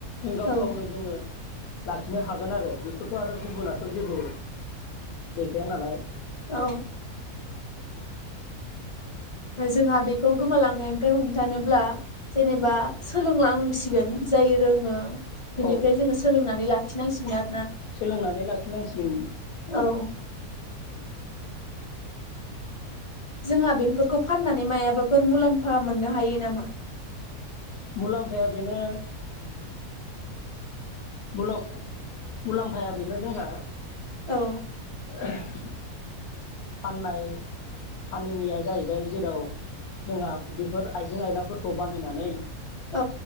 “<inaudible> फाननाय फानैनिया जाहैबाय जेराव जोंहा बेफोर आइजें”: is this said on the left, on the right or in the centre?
Left